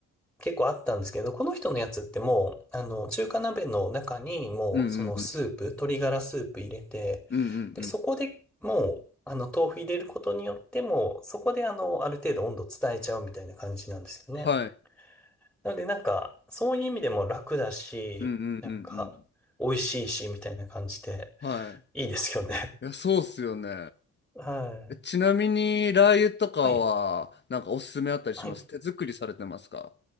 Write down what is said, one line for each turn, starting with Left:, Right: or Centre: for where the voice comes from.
Centre: 結構あったんですけど、この人のやつってもう、あの、中華鍋の中にもう、
Left: うんうんうん。
Centre: そのスープ、鶏ガラスープ入れて、
Left: うんうんうん。
Centre: で、そこでもう、あの、豆腐入れることによっても、そこであの、ある程度温度伝えちゃうみたいな感じなんですよね。
Left: はい。
Centre: なので、なんか、そういう意味でも楽だし、
Left: うんうんうんうん。
Centre: なんか、美味しいし、みたいな感じで、
Left: は
Centre: いいですよね。
Left: い。いや、そうっすよね。
Centre: <laughs> はい。
Left: えちなみに、ラー油とかは、
Centre: はい。
Left: なんかおすすめあったりします手作りされてますか
Centre: はい。